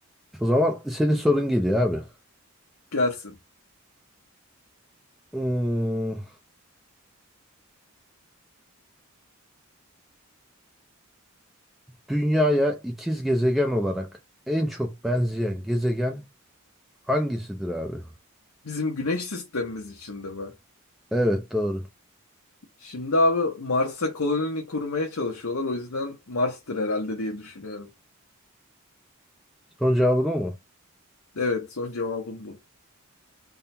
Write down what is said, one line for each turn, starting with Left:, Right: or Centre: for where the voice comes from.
Centre: O zaman senin sorun geliyor abi.
Left: Gelsin.
Centre: Hmm, dünyaya ikiz gezegen olarak en çok benzeyen gezegen Hangisidir abi?
Left: Bizim güneş sistemimiz içinde mi?
Centre: Evet doğru.
Left: Şimdi abi Mars'a koloni kurmaya çalışıyorlar. O yüzden Mars'tır herhalde diye düşünüyorum.
Centre: Son cevabın o mu?
Left: Evet, son cevabım bu.